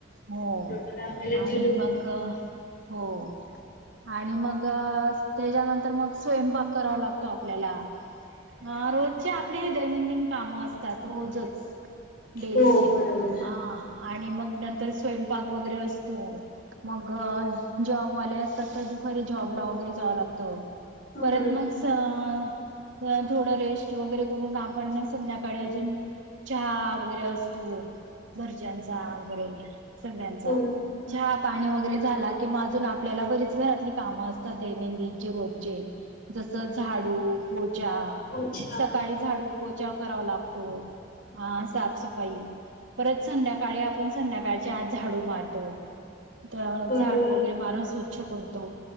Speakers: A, on the right; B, on the left.
A: हो
B: बरोबर आपल्याला
A: आणि
B: जीव
A: मग हो आणि मग त्याच्यानंतर मग स्वयंपाक आपल्याला अ रोजचे आपले हे दैनंदिन काम असतात रोजच डेलीचे
B: हो बरोबर
A: ह आणि मग नंतर स्वयं पार्क वगैरे असतो मग जॉबवाले असतात तर दु खर जॉबला वगैरे जावं लागत
B: हो
A: परत
B: बरोबर
A: मग सा थोडं रेस्ट वगैरे करून आपण संध्याकाळी अजून चहा वगैरे असतू घरच्यांचा वगैरे सगळ्यांचा
B: हो
A: चहा पाणी वगैरे झाला किंवा अजून आपल्याला बरीच घरातली कामं असतात दैनंदिनचे रोजचे जस झाडू पोचाा
B: अच्छा
A: सकाळी झाडू पोचा व करावा लागतो साफसफाई परत संध्याकाळी आपण संध्याकाळच्या आज झाडू मारतो तर
B: बरोबर
A: झाडू वगैरे मारून स्वच्छ करतो